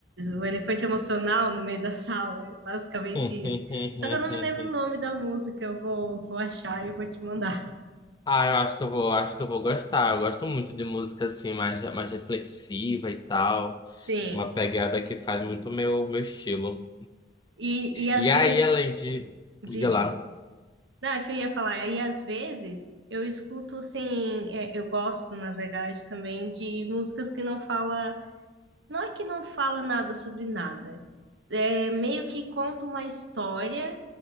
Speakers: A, on the right; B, on the left.
A: o elefante emocional no meio da sala, é basicamente
B: <laughs>
A: isso. Só que eu não me lembro o nome da música, eu vou, vou achar e vou te mandar.
B: Ah, eu acho que eu vou, acho que eu vou gostar. Eu gosto muito de música assim, mais, mais reflexiva e tal.
A: Sim,
B: Uma pegada que faz muito meu, meu estilo.
A: e, e às
B: E
A: vezes,
B: aí, além de.
A: diga.
B: Liga lá.
A: Não, é que eu ia falar, aí às vezes eu escuto assim, é, eu gosto, na verdade, também de músicas que não fala não é que não fala nada sobre nada. É meio que conta uma história